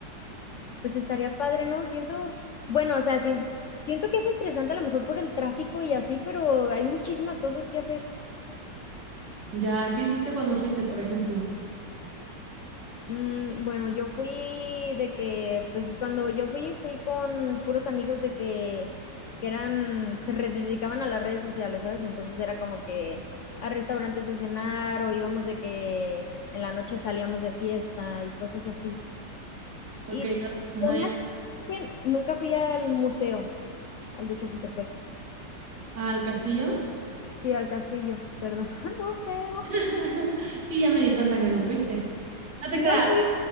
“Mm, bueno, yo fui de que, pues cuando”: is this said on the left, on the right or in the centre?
Left